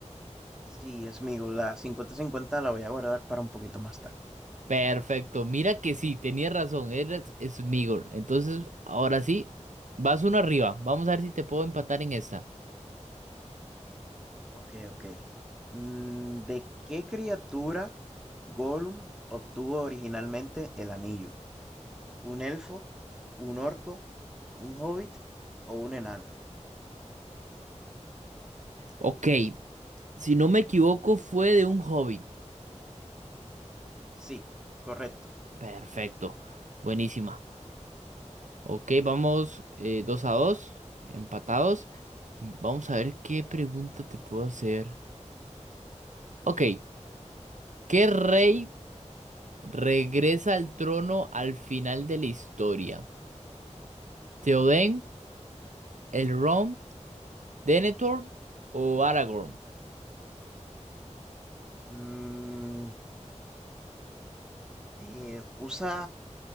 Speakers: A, in the centre; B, on the right.
A: Sí, Sméagol, la cincuenta-cincuenta la voy a guardar para un poquito más tarde.
B: Perfecto, mira que sí, tenía razón, era Smigol. Entonces, ahora sí, vas uno arriba, vamos a ver si te puedo empatar en esta.
A: Ok, ok. Mm, ¿de qué criatura Gollum obtuvo originalmente el anillo? ¿Un elfo, un orco, un hobbit o un enano?
B: Ok, si no me equivoco, fue de un hobby.
A: Sí, correcto.
B: Perfecto, buenísima. Ok, vamos eh, dos a dos, empatados. Vamos a ver qué pregunta te puedo hacer. Ok, ¿qué rey regresa al trono al final de la historia? ¿Theoden, Elrond, Denethor o Aragorn?
A: Mm, eh, usa,